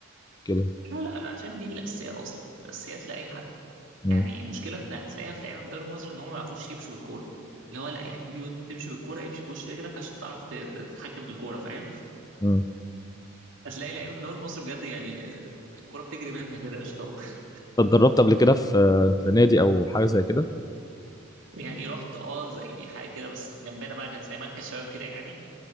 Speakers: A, on the left (about 15°); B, on the right (about 60°).
A: وكده
B: لا لا لا شايف دي الاساسيات اصلا الاساسيات لاي حد
A: مم.
B: يعني المشكله ان هتلاقيها في لعيبه في دوري مصر ان هم ما يعرفوش يمشوا بالكوره اللي هو لا يا حبيبي وانت بتمشي بالكوره امشي بوش رجلك عشان تعرف ت- ت- تتحكم في الكوره فاهم
A: مم.
B: هتلاقي لعيبه في دوري مصر بجد يعني آه، الكوره بتجري منها كده قشطه <laughs>
A: اتدربت قبل كده في في نادي او حاجه زي كده
B: يعني رحت اه زي حاجه كده بس جنبنا بقى كان زي مركز شباب كده يعني